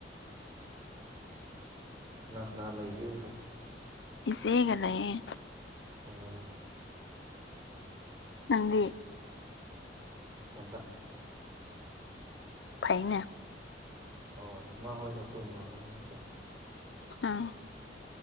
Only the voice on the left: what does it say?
ꯏꯆꯦꯒ ꯂꯩꯌꯦ
ꯅꯪꯗꯤ
ꯐꯩꯅꯦ
ꯑꯥ